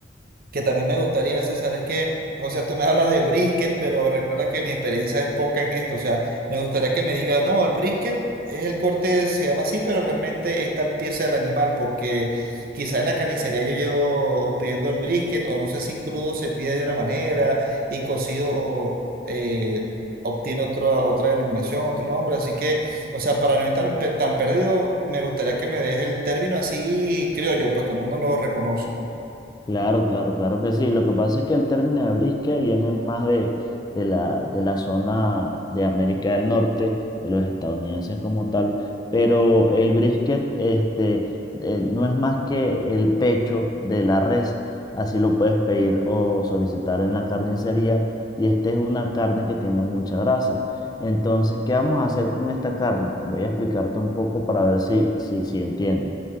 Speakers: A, on the right; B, on the left.
A: que también me gustaría, César, es que, o sea, tú me hablas de brisket, pero recuerda que mi experiencia es poca en esto, o sea, me gustaría que me digas, no, el brisket es el corte, se llama así, pero realmente es tal pieza del animal, porque quizás en la carnicería yo llevo pidiendo el brisket, o no sé si crudo se pide de una manera y cocido eh, obtiene otra, otra denominación, otro nombre, así que, o sea, para no estar tan perdido, me gustaría que me dejes el término así criollo, pues como uno lo reconoce.
B: Claro, claro, claro que sí. Lo que pasa es que el término de brisket viene más de, de la, de la zona de América del Norte, de los estadounidenses como tal, pero el brisket este, eh, no es más que el pecho de la res. Así lo puedes pedir o solicitar en la carnicería. Y esta es una carne que tiene mucha grasa. Entonces, ¿qué vamos a hacer con esta carne? Voy a explicarte un poco para ver si, si, si entiendes.